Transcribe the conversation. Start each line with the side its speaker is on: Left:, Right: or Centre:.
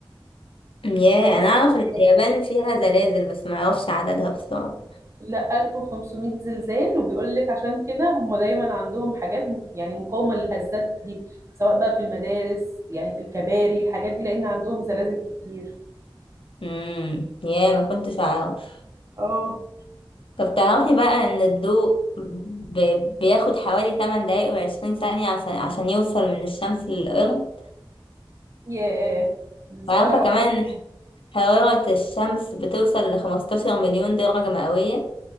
Left: ياه
Right: فبس
Left: انا اعرف ان
Right: بس
Left: اليابان فيها زلازل بس ما اعرفش عددها بصراحه
Right: لا 1500 زلزال وبيقول لك عشان كده هم دايما عندهم حاجات م- يعني مقاومة للهزات دي سواء بقى في المدارس يعني في الكباري الحاجات دي لأن عندهم زلازل كتير
Left: امم ياه ما كنتش اعرف
Right: اه
Left: طب تعرفي بقى ان الضوء ب... بياخد حوالي 8 دقايق و20 ثانيه عشان عشان يوصل من الشمس للارض
Right: ياه دي صغيرة
Left: وعارفه
Right: أوي
Left: كمان حرارة الشمس بتوصل لخمستاشر مليون درجة مئوية